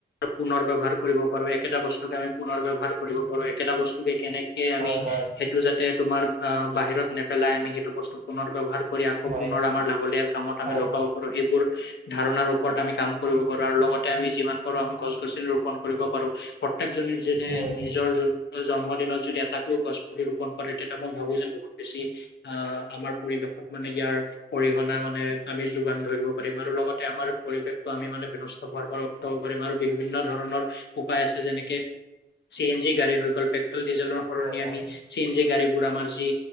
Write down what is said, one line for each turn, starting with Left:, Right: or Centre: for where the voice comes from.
Left: পুনৰ ব ব্যৱহাৰ কৰিব পাৰো একেটা বস্তুকে আমি পুনৰ ব্যৱহাৰ কৰিব পাৰো একেটা বস্তুকে কেনেকে। আমি
Right: হয় হয়
Left: সেইটো যাতে তোমাৰ আহ বাহিৰত নেপেলাই আমি সেইটো বস্তু পুনৰ ব্য়ৱহাৰ কৰি আকৌ।
Right: হয়
Left: আমাৰ লাগলিয়াল কামত আমি
Right: হয়
Left: লগাব পাৰো সেইবোৰ ধাৰণাৰ ওপৰত আমি কাম কৰিব। কৰ আৰু লগতে আমি যিমান পাৰো আমি গছ গছনি ৰৰুপন কৰিব পাৰো। এক জনে যেনে
Right: হয়
Left: নিজৰ যত। জন্ম দিনত যদি এটাকও গছ পুলি ৰোপন কৰে তেতিয়া মই ভাবো যে বহুত বেছি আমাৰ পৰিবেশত। মানে ইয়াৰ অৰিহনাা মানে আমি যোগান ধৰিব পাৰিম আৰু লগতে আমাৰ। পৰিৱেশটো আমি মানে বিন হোৱাৰ পৰা উাব কৰিাৰম আৰু বিভিন্ন ধৰণৰ উপায় আছে যেনেকে। চি এন জি গাড়ী হৈ গ' পেট্ৰল ডিজেলৰ সলনি
Right: হয় হয়
Left: আমি চি এন জি গাড়ী। আমাৰ যি